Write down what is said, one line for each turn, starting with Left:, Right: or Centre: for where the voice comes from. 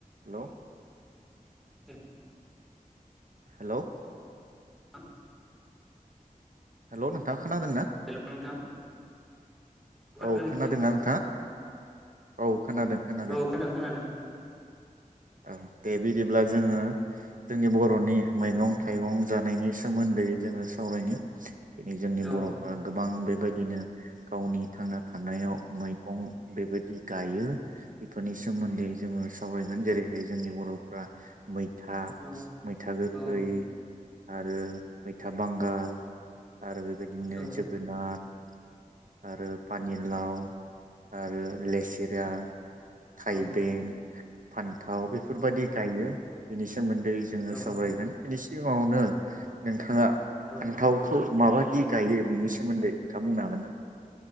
Right: Hello.
Centre: हेल'
Right: hello.
Centre: <unintelligible>
Right: Hello नोंथां। खोनादों ना?
Centre: नोंथां खोनादों
Right: औ
Centre: नोंथां
Right: खोनादोंना नोंथाङा? औ खोनादों खोनादों।
Centre: औ खोनादों
Right: औ दे बे दिब्ला जोङो जोंनि बर' बर'नि मैगं
Centre: औ
Right: थाइगं जानायनि सोमोन्दै जोङो सावरायनि। दिनै जोंनि
Centre: औ
Right: बर'फ्रा गोब बां बेबायदिनो गावनि थानायाव मैगं बेबायदि गायो। बेफोरनि सोमोन्दै जोङो सावरायगोन जेरैहाय जोंनि बर'फ्रा मै मैथा,
Centre: औ
Right: मैथा गोखै
Centre: औ
Right: आरो मैथा बांगाल आरो बेबायदिनो
Centre: औ
Right: जोगोनार आरो पानिलाव आरो लेसेरा थाइबें,
Centre: औ
Right: फान्थाव बेफोरबादि गायो बिनि सोमोन दै जोङो
Centre: औ
Right: सावरायगोन। बिनि सिगाङावनो नोंथाङा
Centre: औ
Right: फान्थावखौ माबादि गायो बिनि सोमोन्दै नोंथां बुंनो हागोन ना?